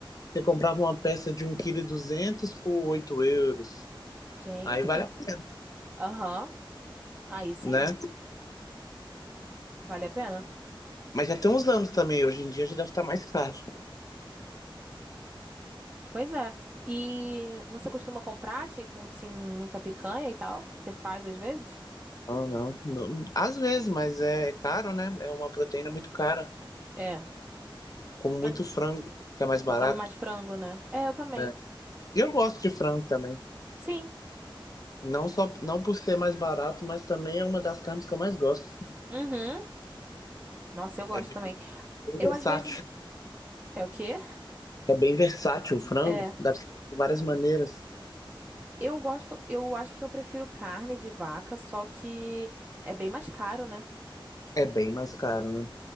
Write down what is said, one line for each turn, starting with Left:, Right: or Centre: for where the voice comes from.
Left: Você comprava uma peça de um 1,2 kg por 8 euros,
Right: Gente.
Left: aí vale a pena,
Right: Aham. Aí sim,
Left: né?
Right: vale a pena.
Left: Mas já tem uns anos também, hoje em dia já deve estar mais caro.
Right: Pois é. E você costuma comprar, tipo, assim, muita picanha e tal? Você faz às vezes?
Left: Não, não, não. Às vezes, mas é caro, né? É uma proteína muito cara,
Right: É.
Left: como muito
Right: Mas
Left: frango, que é mais
Right: você
Left: barato.
Right: come mais frango, né? É, eu também.
Left: É. E eu gosto de frango também.
Right: Sim.
Left: Não só, não por ser mais barato, mas também é uma das carnes que eu mais gosto.
Right: Uhum. Nossa, eu gosto
Left: É bem
Right: também.
Left: bem
Right: Eu
Left: versátil.
Right: às vezes. É o quê?
Left: É bem versátil o frango,
Right: É.
Left: dá pra ser de várias maneiras.
Right: Eu gosto, eu acho que eu prefiro carne de vaca, só que é bem mais caro, né?
Left: É bem mais caro, né?